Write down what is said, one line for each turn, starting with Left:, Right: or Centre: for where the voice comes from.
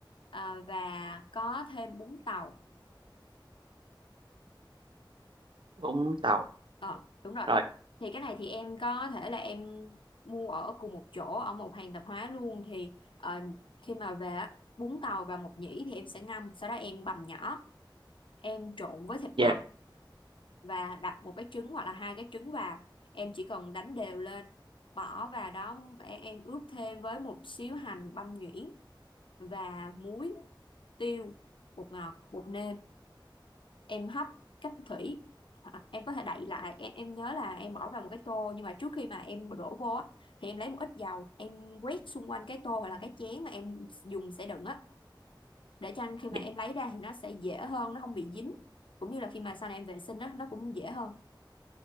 Left: Ờ, và có thêm bún tàu
Right: Vũng Tàu
Left: ờ đúng rồi
Right: rồi
Left: thì cái này thì em có thể là em mua ở cùng một chỗ ở một hàng tạp hóa luôn thì ờ, khi mà về á, bún tàu và mộc nhĩ thì em sẽ ngâm sau đó em bằm nhỏ em trộn với thịt
Right: dạ
Left: bằm và đặt một cái trứng hoặc là hai cái trứng vào em chỉ cần đánh đều lên bỏ vào đó em em ướp thêm với một xíu hành băm nhuyễn và muối tiêu bột ngọt bột nêm em hấp cách thủy hoặc em có thể đậy lại em, em nhớ là em bỏ vào một cái tô nhưng mà trước khi mà em đổ vô á, thì em lấy một ít dầu em quét xung quanh cái tô hoặc là cái chén mà em dùng sẽ đựng á để cho khi mà
Right: dạ
Left: em lấy ra thì nó sẽ dễ hơn nó không bị dính cũng như là khi mà sau này em vệ sinh á nó cũng dễ hơn